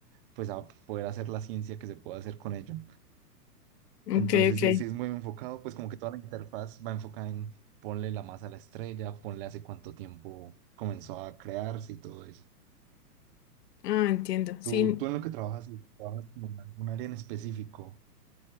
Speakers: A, on the right; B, on the left.
A: pues a poder hacer la ciencia que se puede hacer con ello.
B: Ok,
A: Entonces,
B: ok.
A: sí, sí es muy enfocado, pues como que toda la interfaz va enfocada en ponle la masa a la estrella, ponle hace cuánto tiempo comenzó a crearse y todo eso.
B: Ah, entiendo. Sí,
A: Tú, tú en lo que trabajas, trabajas como en algún área en específico,